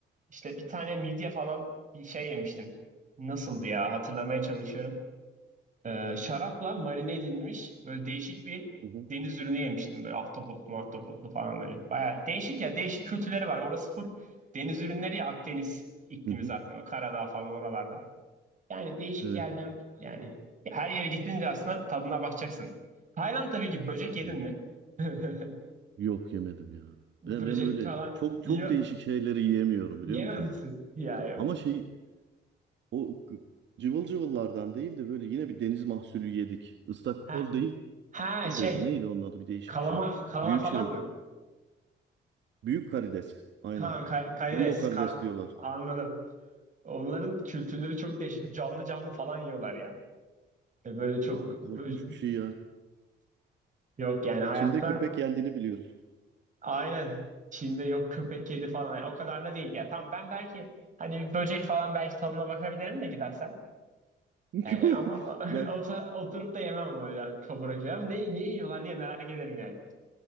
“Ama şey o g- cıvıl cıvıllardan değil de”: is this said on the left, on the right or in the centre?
Right